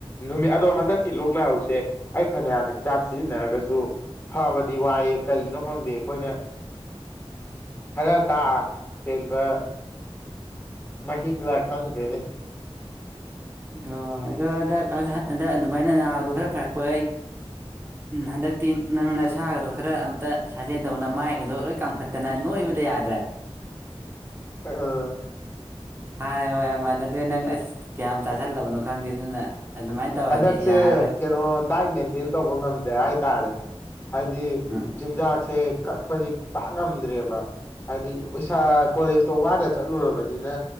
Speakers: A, on the left; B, on the right.
A: ꯅꯨꯃꯤꯠ ꯑꯗꯣ ꯍꯟꯗꯛꯀꯤ ꯂꯣꯛ ꯂꯥꯏꯍꯧꯁꯦ ꯑꯩ ꯐꯅꯌꯥꯝꯅ ꯍꯤꯗꯥꯛ ꯁꯤꯖꯤꯟꯅꯔꯒꯁꯨ ꯐꯕꯗꯤ ꯋꯥꯏꯑꯦ ꯀꯩꯒꯤꯅꯣ ꯈꯪꯗꯦ ꯑꯩꯈꯣꯏꯅ
B: <unintelligible>
A: ꯈꯔ ꯀꯥ ꯍꯦꯟꯕ ꯃꯍꯤꯛꯂ ꯈꯪꯗ꯭ꯔꯦꯅꯦ꯫
B: ꯑꯣ ꯑꯗꯣ ꯍꯟꯗꯛ ꯍꯟꯗꯛ ꯑꯗꯨꯃꯥꯏꯅ ꯅꯥꯕꯗꯣ ꯈꯔ ꯐꯔꯛꯄ ꯍꯟꯗꯛꯇꯤ ꯅꯪꯅ ꯅꯁꯥꯒꯗꯣ ꯈꯔ ꯑꯝꯇ ꯁꯥꯖꯦꯟ ꯇꯧꯅ ꯅꯃꯥꯏꯒꯗꯣ ꯂꯣꯏ ꯀꯥꯝꯈꯠꯇꯅ ꯅꯣꯏꯕꯗ ꯌꯥꯗ
A: ꯑꯥ
B: ꯍꯥꯟꯅꯒ ꯃꯌꯥꯝ ꯃꯥꯟꯅꯗ꯭ꯔꯦ ꯅꯪ ꯑꯁ ꯀꯌꯥꯝ ꯆꯥꯥꯁꯜꯂꯕꯅꯣ ꯈꯪꯗꯦ ꯑꯗꯨꯅ ꯑꯗꯨꯃꯥꯏꯅ ꯇꯧꯔꯗꯤ
A: ꯍꯟꯗꯛꯁꯦ
B: ꯌꯥꯔꯔꯣꯏ
A: ꯀꯩꯅꯣ ꯗꯥꯏꯠ ꯃꯦꯟꯇꯦꯟ ꯇꯧꯕ ꯉꯝ <unintelligible> ꯍꯥꯏ ꯇꯥꯔꯦ꯫ ꯍꯥꯏꯗꯤ
B: ꯎꯝ ꯎꯝ
A: ꯆꯤꯟꯖꯥꯛꯁꯦ ꯀꯛꯄꯖꯤ ꯄꯥꯛ ꯉꯝꯗ꯭ꯔꯦꯕ ꯍꯥꯏꯗꯤ ꯑꯣꯏꯁꯥ ꯀꯣꯂꯦꯖꯇꯣ ꯋꯥꯅ ꯆꯠꯂꯨꯔꯕꯅꯤꯅ